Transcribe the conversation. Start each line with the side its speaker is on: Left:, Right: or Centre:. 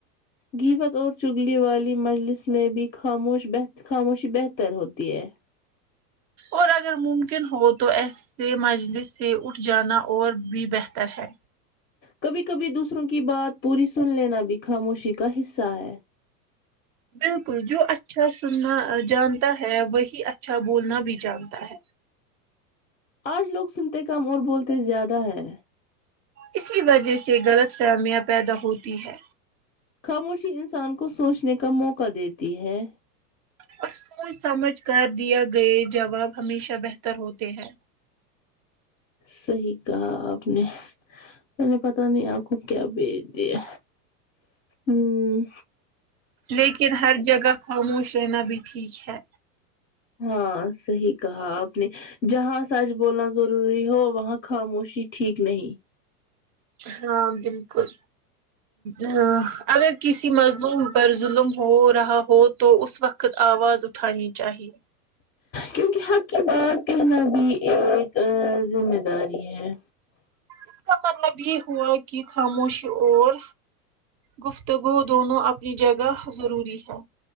Left: گباتھ اور چگلی والی مجلس میں بھی خاموش خاموشی بہتر ہوتی ہے
Right: اور اگر ممکن ہو تو ایسے مجلس سے اٹھ جانا اور بھی بہتر ہے
Left: کبھی کبھی دوسروں کی بات پوری سن لینا بھی خاموشی کا حصہ ہے
Right: بالکل جو اچھا سننا جانتا ہے وہی اچھا بولنا بھی جانتا ہے
Left: آج لوگ سنتے کام اور بولتے زیادہ ہے
Right: اسی وجہ سے غلط فہمیاں پیدا ہوتی ہے
Left: خاموشی انسان کو سوچنے کا موقع دیتی ہے
Right: اور سوچ سمجھ کر دیا گئے جواب ہمیشہ بہتر ہوتے ہیں
Left: صحیح کہا آپ نے میں نے پتا نہیں آپ کو کیا بھیج دیا ہوں
Right: لیکن ہر جگہ خاموش رہنا بھی ٹھیک ہے
Left: ہاں صحیح کہا آپ نے جہاں سچ بولنا ضروری ہو وہاں خاموشی ٹھیک نہیں
Right: ہاں بالکل ہاں اگر کسی مظلوم پر ظلم ہو رہا ہو تو اس وقت آواز اٹھانی چاہیے
Left: کیونکہ حق کی بات کہنا بھی ایک ذمہ داری ہے
Right: اس کا مطلب یہ ہوا کہ خاموشی اور گفتگو دونوں اپنی جگہ ضروری ہے